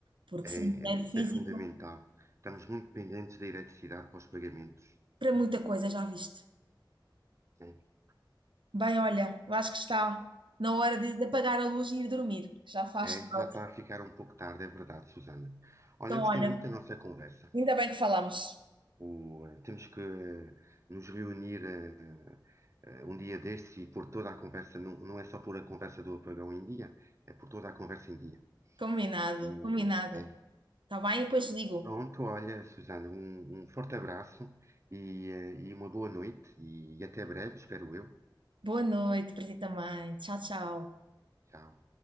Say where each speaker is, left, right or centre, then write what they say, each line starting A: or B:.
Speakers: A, on the right; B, on the right.
A: Porque
B: é,
A: sem dinheiro
B: é, isso
A: físico,
B: é fundamental. Estamos muito dependentes da eletricidade para os pagamentos.
A: para muita coisa já viste.
B: É,
A: Bem, olha, eu acho que está na hora de, de apagar a luz e ir dormir, que já faz
B: é,
A: tarde.
B: já está a ficar um pouco tarde, é verdade, Susana. Olha,
A: Então,
B: gostei
A: olha,
B: muito da nossa conversa.
A: Ainda bem que falamos.
B: O, eh, temos que eh, nos reunir eh, eh, um dia destes e pôr toda a conversa, não, não é só pôr a conversa do apagão em dia, é pôr toda a conversa em dia.
A: Combinado,
B: O,
A: combinado.
B: é.
A: Tá bem? E depois digo.
B: Pronto, olha, Susana, um, um forte abraço e, eh, e uma boa noite e até breve, espero eu.
A: Boa noite para ti também. Tchau, tchau.
B: Tchau.